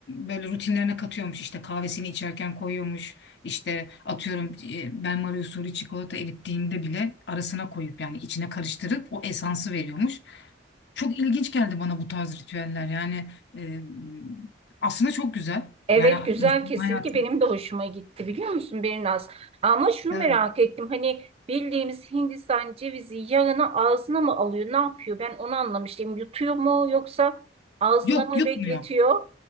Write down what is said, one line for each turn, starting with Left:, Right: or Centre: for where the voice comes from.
Left: böyle rutinlerine katıyormuş, işte kahvesini içerken koyuyormuş, işte atıyorum e, benmari usulü çikolata erittiğinde bile arasına koyup yani içine karıştırıp o esansı veriyormuş. Çok ilginç geldi bana bu tarz ritüeller. Yani e, aslında çok güzel.
Right: Evet
Left: Yani
Right: güzel
Left: insan
Right: kesinlikle
Left: hayatı
Right: benim de hoşuma gitti biliyor musun Berinaz? Ama şunu
Left: evet.
Right: merak ettim hani bildiğimiz Hindistan cevizi yağını ağzına mı alıyor ne yapıyor? Ben onu anlamıştım yutuyor mu yoksa ağzında
Left: Yok
Right: mı
Left: yutmuyor.
Right: bekletiyor?